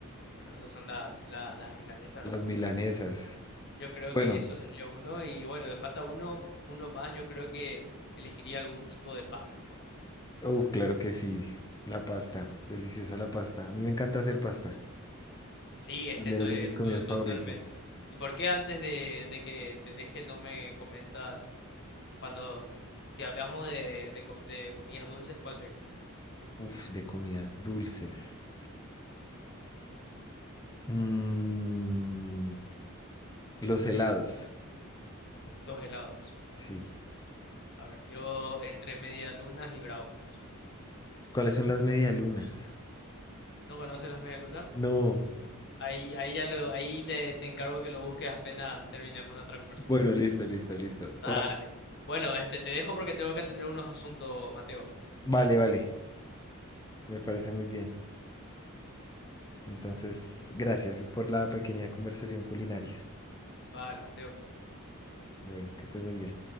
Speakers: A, on the left; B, on the left.
A: Bueno, esas son las, las, las milanesas,
B: Las
A: las famosas
B: milanesas.
A: Yo creo
B: Bueno,
A: que eso sería uno y bueno, de falta uno, uno más, yo creo que elegiría algún tipo de pastas capaz.
B: uf, claro que sí. La pasta, deliciosa la pasta. A mí me encanta hacer pasta.
A: Sí, este
B: También
A: to-
B: es
A: eh,
B: de mis comidas favoritas.
A: to- totalmente. ¿Y por qué antes de, de que te deje no me comentas cuando, si hablamos de, de, co- de comidas dulces, ¿cuál sería?
B: Uf, de comidas dulces. Mm, los helados,
A: Los helados.
B: sí.
A: A ver, yo entre medialunas y brownies.
B: ¿Cuáles son las medialunas?
A: ¿No conoces las medialunas?
B: No.
A: Ahí, ahí ya lo, ahí te, te encargo que lo busques apenas terminemos nuestra conversación.
B: Bueno, listo, listo, listo.
A: Dale.
B: Ua-
A: Bueno, este, te dejo porque tengo que atender unos asuntos, Mateo.
B: Vale, vale. Me parece muy bien. Entonces, gracias por la pequeña conversación culinaria.
A: Vale, Mateo.
B: Bueno, que estés muy bien.